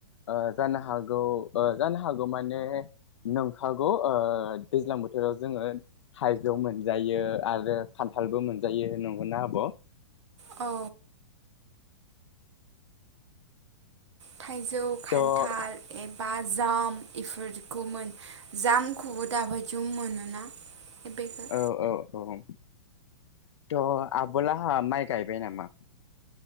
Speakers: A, on the left (about 85°); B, on the right (about 80°).
A: ओ जानो हागौ ओ जानो हागौ माने नंखागौ ओ दैज्लां बोथोराव जोङो थाइजौ मोनजायो आरो खान्थालबो मोनजायो नंगौना आब'?
B: औ थाइजौ, खान्थाल
A: थ' औ
B: एबा जाम इफोरखौ मोन जामखौबो दाबायदियाव मोनोना। बेखौ
A: औ औ औ थह आब'लाहा माइ गायबाय नामा?